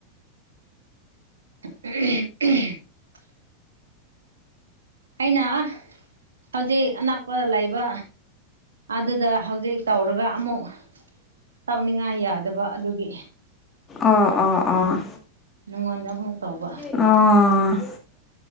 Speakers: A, on the right; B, on the left.
A: ꯑꯝꯍꯝ ꯑꯩꯅ ꯑꯥ ꯍꯧꯖꯤꯛ ꯑꯅꯛ ꯄꯔ ꯂꯩꯕ ꯑꯗꯨꯗ ꯍꯧꯖꯤꯛ ꯇꯧꯔꯒ ꯑꯃꯨꯛ ꯇꯧꯅꯤꯡꯉꯥꯏ ꯌꯥꯗꯕ ꯑꯗꯨꯒꯤ
B: ꯑꯣ ꯑꯣ ꯑꯣ
A: ꯅꯪꯉꯣꯟꯗ ꯑꯃꯨꯛ ꯇꯧꯕ
B: ꯑꯣ